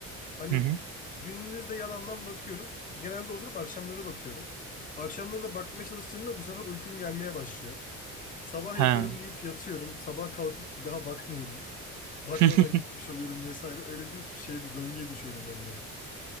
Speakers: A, on the left; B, on the right.
A: Hani
B: hı hı.
A: gündüz de yalandan bakıyorum. Genelde oturup akşamları bakıyorum. Akşamları da bakmaya çalıştığımda bu sefer uykum gelmeye başlıyor. Sabah
B: Ha.
A: yaparım deyip yatıyorum. Sabah kalkıp bir daha bakmıyorum. <laughs> Bakmadan
B: <laughs>
A: gitmiş oluyorum vesaire. Öyle bir şeydi döngüye düşüyorum ben de.